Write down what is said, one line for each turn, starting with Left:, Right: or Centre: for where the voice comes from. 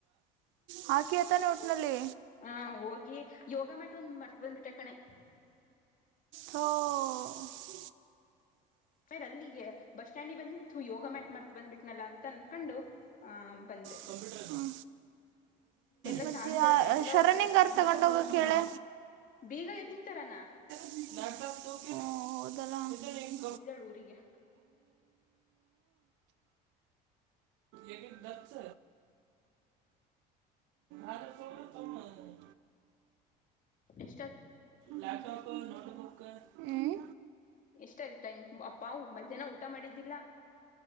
Right: ಹಾಕಿಯ ತಾನೆ ಒಟ್ನಲ್ಲಿ.
Left: ಹ ಹೋಗಿ ಯೋಗ ಮ್ಯಾಟ್ ಒಂದ್ ಮರ್ತ್ ಬಂದ್ಬಿಟ್ಟೆ ಕಣೆ.
Right: ಥೋ <unintelligible>
Left: ಆಮೇಲೆ ಅಲ್ಲಿಗೆ ಬಸ್ ಸ್ಟ್ಯಾಂಡಿಗೆ ಬಂದ್ಮೇಲೆ ಥು ಯೋಗ ಮ್ಯಾಟ್ ಮರ್ತ್ ಬಂದ್ಬಿಟ್ನಲ್ಲ ಅಂತ ಅನ್ಕೊಂಡು ಆ ಬಂದೆ
Right: ಕಂಪ್ಯೂಟರ್ ಹ್ಮ್.
Left: ಎಲ್ಲ
Right: ಮತ್ತ
Left: ಚಾರ್ಜರ್
Right: ಯಾರ್
Left: ಎಲ್ಲಾ
Right: ಅ ಶರಣಿಂಗಾರ್
Left: ಒಳಗಾಕ್ ಬಂದೀನಿ
Right: ತಗೊಂಡ ಹೋಗಕ್ ಹೇಳೇ.
Left: ಬೀಗ ಎಲ್ಲಿನ್ ತರಾನ
Right: <unintelligible> ಹ್ಮ್ ಹೌದಲ್ಲ ಈ
Left: ಹೋಗಿದ್ದಾಳ ಊರಿಗೆ
Right: ಏಕಿದ ಡಚ್ಚ. ಅದನ್ ತೊಂಬಾ ತಮ್ಮ.
Left: ಎಷ್ಟಕ.
Right: ಲಾಪ್ಟಾಪ್ <unintelligible> ನೋಟ್ಬುಕ್ ಹ್ಮ್.
Left: ಎಷ್ಟಯ್ತು ಟೈಮ್ ಅಪ್ಪಾವು ಮಧ್ಯಾಹ್ನ ಊಟ ಮಾಡಿದ್ದಿಲ್ಲ.